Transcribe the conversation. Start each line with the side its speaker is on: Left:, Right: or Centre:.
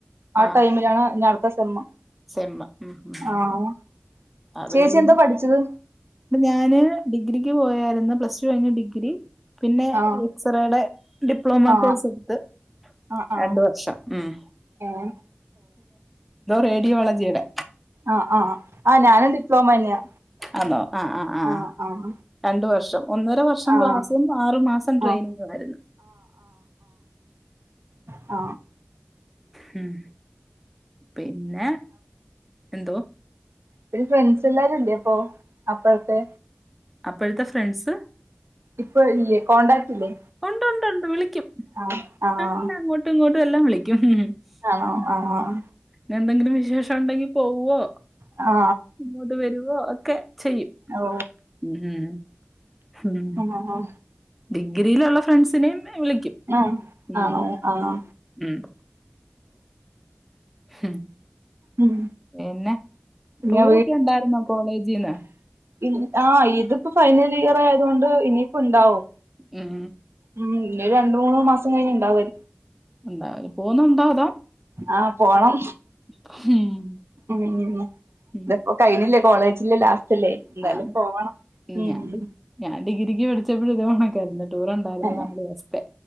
Right: ആ
Centre: ആഹ്
Right: ടൈമിലാണ്, ഇനി, അടുത്ത, സെമ്മ്.
Centre: സെമ്മ്, മം, മം.
Right: ആഹ്
Centre: അത്
Right: ചേച്ചി
Centre: കഴിയും,
Right: എന്താ പഠിച്ചത്
Centre: അപ്പൊ, ഞാന് ഡിഗ്രിക്ക്, പോയായിരുന്നു, പ്ലസ്റ്റു, കഴിഞ്ഞ്, ഡിഗ്രി. പിന്നെ,
Right: ആഹ്
Centre: എക്സ്റേയുടെ, ഡിപ്ലോമ
Right: ആഹ്
Centre: കോഴ്സ്, എടുത്ത്.
Right: ആഹ് ആഹ്
Centre: രണ്ട്, വർഷം, മം.
Right: ഓ
Centre: റേഡിയോളജിയുടെ
Right: അ, ആ, ഞാനും, ഡിപ്ലോമ തന്നെയാ.
Centre: അന്നോ, ആ, ആ, ആ,
Right: ആഹ് ആഹ്
Centre: രണ്ടു വർഷം, ഒന്നര വർഷം. ഒരു, വർഷം,
Right: ആഹ്
Centre: ക്ലാസും, ആറു മാസം, ട്രെയിനിങ്ങും
Right: ആഹ്
Centre: ആയിരുന്നു.
Right: ആ
Centre: മം, പിന്നെ, എന്തോ.
Right: ഒത്തിരി, ഫ്രണ്ട്സ്, എല്ലാവരുംല്ലേ അപ്പൊ, അപ്പഴത്തെ.
Centre: അപ്പോഴത്തെ, ഫ്രണ്ട്സ്.
Right: ഇപ്പൊ, ഇല്ലേ, കോൺടാക്ട് ഇല്ലേ.
Centre: ഒണ്ട്, ണ്ട്, ണ്ട്, വിളിക്കും,
Right: ആഹ് ആഹ്
Centre: ഞങ്ങള് അങ്ങോട്ടും, ഇങ്ങോട്ടും, എല്ലാം, വിളിക്കും, മം.
Right: ആണോ
Centre: <unintelligible>
Right: ആഹ്
Centre: എന്തെങ്കിലും വിശേഷം, ഉണ്ടെങ്കി, പോകുവോ.
Right: ആ
Centre: ഇങ്ങോട്ട്, വരുവോ, ഒക്കെ, ചെയ്യും,
Right: ഓ
Centre: മം. മം,
Right: ആഹ്
Centre: ഡിഗ്രിയിലുള്ള, ഫ്രണ്ട്സിനെയും, വിളിക്കും.
Right: ആഹ്
Centre: ഉം
Right: ആണോ ആഹ്
Centre: ഉം ഹും
Right: ഉം.
Centre: പിന്നെ,
Right: പിന്നെ
Centre: ടൂറൊക്കെ ണ്ടായിര്ന്നോ കോളേജീന്ന്.
Right: ഇൻ അഹ് ഇത്പ്പ ഫൈനലിയർ ആയതൊണ്ട് ഇനിപ്പോ ണ്ടാവും.
Centre: ഉം
Right: ഉം ഞ്ഞൊരു രണ്ട്, മൂന്ന്, മാസം കഴിഞ്ഞുണ്ടാവായ്
Centre: ണ്ടാവും പോന്നുണ്ടോ, അതോ.
Right: ആഹ് പോണം.
Centre: ഉം
Right: മം,
Centre: ഉം.
Right: ഇതപ്പോ, കഴിയില്ലേ കോളേജില്ലേ, ലാസ്റ്റ്ല്ലേ. എന്താലും
Centre: അത്
Right: പോവണം ഉം
Centre: ഞാൻ ഡി ഞാൻ ഡിഗ്രിക്ക് പഠിച്ചപ്പോഴ ഇത പോണക്കായിരുന്നു ടൂർണ്ടായിരുന്നു
Right: ഏഹ്
Centre: നാാലു ദിവസത്തെ